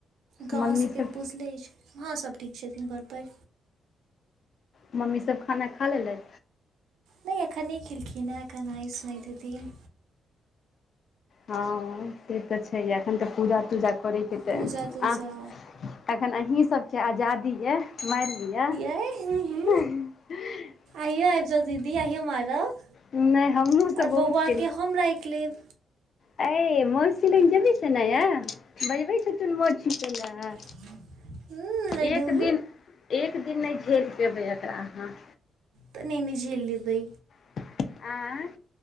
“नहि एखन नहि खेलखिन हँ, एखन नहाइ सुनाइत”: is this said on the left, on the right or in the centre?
Right